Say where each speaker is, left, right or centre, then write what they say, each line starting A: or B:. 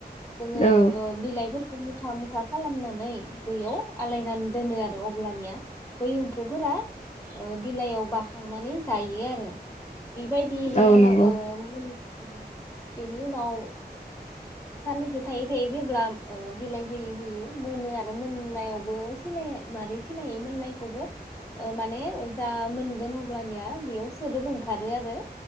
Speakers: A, on the left (about 15°); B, on the left (about 40°).
A: जोंङो
B: औ
A: ओ बिलाइफोरखौ <unintelligible> मुथा -मुथा खालामनानै बैयाव आलायनानै दोनो आरो अब्लानिया बै एम्फौफोरा बिलाइयाव बाखांनानै जायो आरो। बेबायदियैनो
B: औ नंगौ
A: ओ औ बेनि उनाव साननैसो थायै- थायै जेब्ला बिलाइ होयै -होयै मोनो आरो। मोननायावबो सिनाय मारै सिनायै मोननायखौबो माने जा मोनगोन अब्लानिया बेयाव सोदोब ओंखारो आरो।